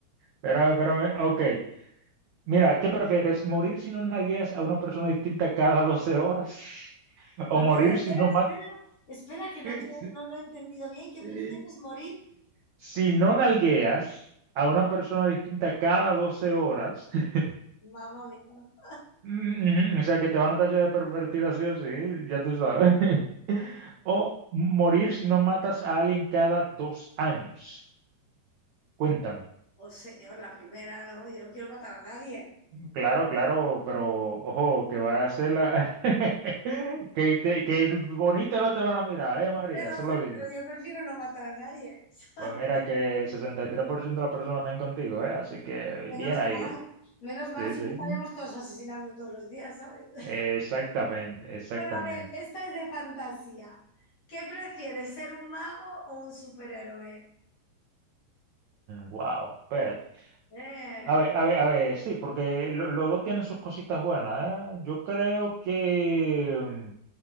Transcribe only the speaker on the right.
espérame, espérame. Ok. Mira, ¿qué prefieres? ¿Morir si no nalgueas a una persona distinta cada 12 horas? <laughs> ¿O
morir
si no matas?
Si,
eh,
si no nalgueas a una persona distinta cada 12 horas, <laughs>
mm, ujú, o sea que te van a tachar de pervertida, sí o sí, ya tú sabes. <laughs> O morir si no matas a alguien cada dos años. Cuéntame.
Claro, claro, pero ojo, que van a ser la... <laughs> que, te- que bonito no te van a mirar, ¿eh,
María?
Eso
lo
digo.
Pues mira que 63% de las personas están contigo, ¿eh? Así que
bien ahí,
¿eh?
Sí,
sí.
Exactamente, exactamente.
wow, espérate.
A ver, a ver, a ver, sí, porque lo- los dos tienen sus cositas buenas, ¿eh? Yo creo que mm,